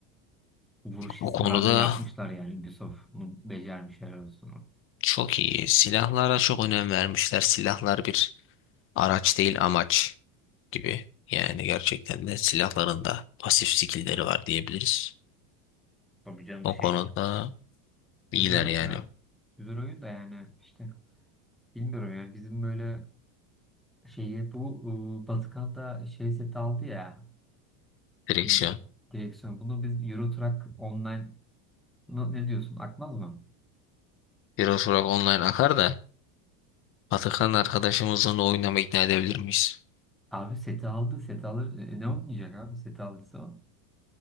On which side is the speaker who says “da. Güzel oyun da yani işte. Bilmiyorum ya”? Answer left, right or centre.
Centre